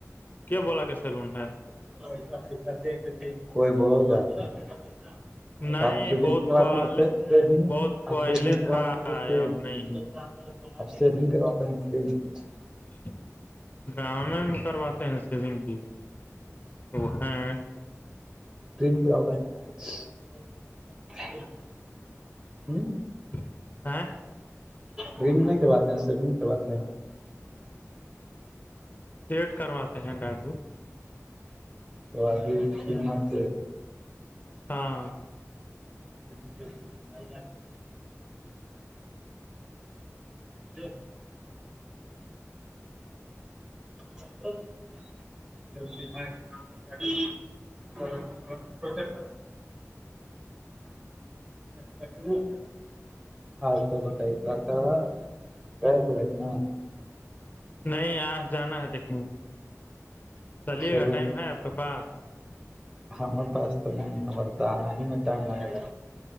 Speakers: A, on the left; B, on the right.
A: کیا بولا کہ سیلون ہے
B: <inaudible> <inaudible>
A: نہیں بہت پہلے بہت پہلے تھا
B: <inaudible>
A: اب نہیں ہے۔ <inaudible> <inaudible>
B: <inaudible> <inaudible>
A: <unintelligible>
B: ڈم نہیں کرواتے ہیں سب میں کرواتے ہیں
A: ویٹ کرواتے ہیں ڈاکٹجو
B: تو قیمت
A: ہاں
B: <unintelligible> <inaudible> <inaudible> <inaudible> <inaudible>
A: نہیں آج جانا ہے دیکھیں چلیے
B: شو
A: گا ٹائم ہے آپ کے پاس
B: ہمے پاس تو نہیں ہم تو آنا ہی میں ٹائم لگے گا